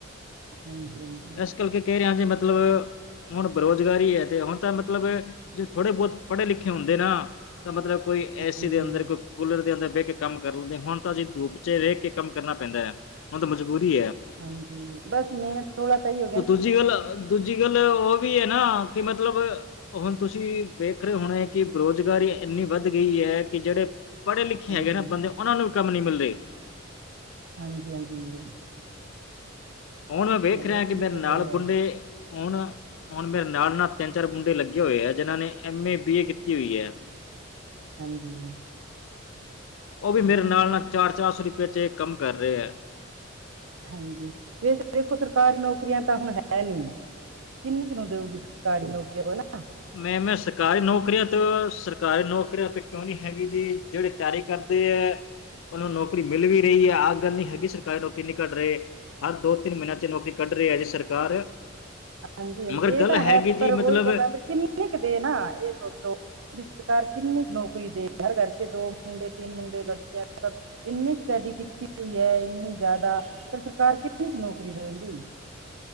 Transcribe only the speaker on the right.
ਹਾਂਜੀ-ਹਾਂਜੀ।
ਹਾਂਜੀ
ਹਾਂਜੀ, ਬਸ ਮੇ ਰੋਲਾ ਤੇ ਇਹੀ
ਹਾਂਜੀ
ਹਾਂਜੀ-ਹਾਂਜੀ।
ਇਹ
ਵੀ
ਸਹੀ
ਹੈ
ਹਾਂਜੀ।
ਸਹੀ
ਹੈ
ਹਾਂਜੀ, ਵੇਸੇ ਦੇਖੋ ਸਰਕਾਰੀ ਨੌਕਰੀਆਂ ਤਾਂ ਹੁਣ ਹੈ ਨੀ। ਕਿੰਨੀ ਕੁ ਨੂੰ ਦੇਊਗੀ ਸਰਕਾਰੀ ਨੌਕਰੀਆਂ ਹੈਨਾ?
ਹਾਂਜੀ -ਹਾਂਜੀ
ਇਹ
ਤਾਂ
ਹੈ ਪਰ
ਉਹੀ
ਗੱਲਾਂ ਕਿੰਨੀੇ ਕੁ ਦੇ ਨਾ ਇਹ ਸੋਚੋ। ਵੀ ਸਰਕਾਰ ਕਿੰਨੀ ਨੌਕਰੀ ਦੇ ਹਰ ਘਰ ਚ ਦੋ ਮੁੰਡੇ, ਤਿੰਨ ਮੁੰਡੇ, ਲੜਕੀਆਂ ਸ ਇੰਨੀ ਸਟੱਡੀ ਕੀਤੀ ਹੋਈ ਹੈ ਇੰਨੀ ਜ਼ਿਆਦਾ ਪਰ ਸਰਕਾਰ ਕਿੰਨੀ ਕੁ ਨੌਕਰੀ ਦੇਵੇਗੀ?